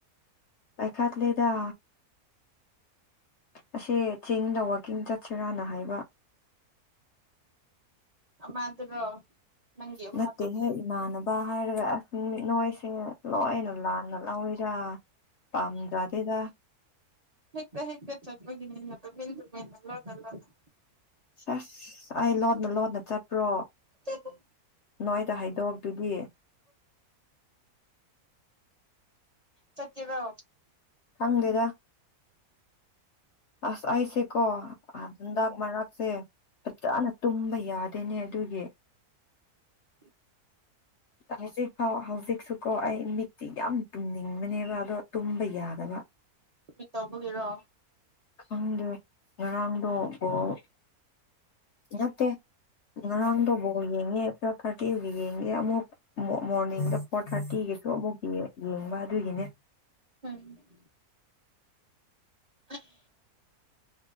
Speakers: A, on the left; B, on the right.
A: ꯄꯥꯏꯈꯥꯠ ꯂꯤꯗꯥ ꯑꯁꯤ ꯆꯤꯡꯗ ꯋꯥꯛꯀꯤꯡ ꯆꯠꯁꯤꯔꯥꯅ ꯍꯥꯏꯕ
B: ꯑꯃꯗꯨꯔꯣ ꯅꯪꯒꯤ ꯑꯃꯗꯨ
A: ꯅꯠꯇꯦꯍꯦ ꯏꯃꯥꯟꯅꯕ ꯍꯥꯏꯔꯒ <unintelligible> ꯅꯣꯏꯁꯤ ꯂꯣꯏꯅ ꯂꯥꯟꯅ ꯂꯧꯏꯗꯥ ꯄꯥꯝꯗꯗꯦꯗ
B: ꯍꯦꯛꯇ ꯍꯦꯛꯇ ꯆꯠꯄꯒꯤꯅꯤꯅ ꯇꯨꯃꯤꯟ ꯇꯨꯃꯤꯟꯅꯥ ꯂꯣꯅꯥ ꯂꯣꯅꯥ
A: ꯑꯁ ꯑꯩ ꯂꯣꯟꯅ ꯂꯣꯟꯅ ꯆꯠꯄ꯭ꯔꯣ
B: <unintelligible>
A: ꯅꯣꯏꯗ ꯍꯥꯏꯗꯣꯛ ꯇꯨꯗꯤ
B: ꯆꯠꯀꯤꯔꯣ
A: ꯈꯪꯗꯦꯗ ꯑꯁ ꯑꯩꯁꯦꯀꯣ ꯍꯟꯗꯥꯛ ꯃꯔꯥꯛꯁꯦ ꯐꯖꯅ ꯇꯨꯝꯕ ꯌꯥꯗꯦꯅꯦ ꯑꯗꯨꯒꯤ
B: <inaudible>
A: ꯍꯧꯖꯤꯛ ꯐꯥꯎ ꯍꯧꯖꯤꯛꯁꯨꯀꯣ ꯑꯩ ꯃꯤꯠꯇꯤ ꯌꯥꯝ ꯇꯨꯝꯅꯤꯡꯕꯅꯦꯕ ꯑꯗꯣ ꯇꯨꯝꯕ ꯌꯥꯗꯕ
B: ꯀꯔꯤ ꯇꯧꯕꯒꯤꯔꯣ
A: ꯈꯪꯗꯦ ꯉꯔꯥꯡꯗꯣ ꯕꯣꯜ ꯅꯥꯠꯇꯦ ꯉꯔꯥꯡꯗꯣ ꯕꯣꯜ ꯌꯦꯡꯉꯦ ꯈꯔ ꯈꯔ <unintelligible> ꯌꯦꯡꯉꯦ ꯑꯃꯨꯛ ꯃꯣ ꯃꯣꯔꯅꯤꯡꯗ ꯐꯣꯔ ꯊꯥꯔꯇꯤꯒꯤꯁꯨ ꯑꯃꯨꯛ ꯌꯦꯡ ꯌꯦꯡꯕ ꯑꯗꯨꯒꯤꯅꯦ
B: ꯎꯝ <unintelligible>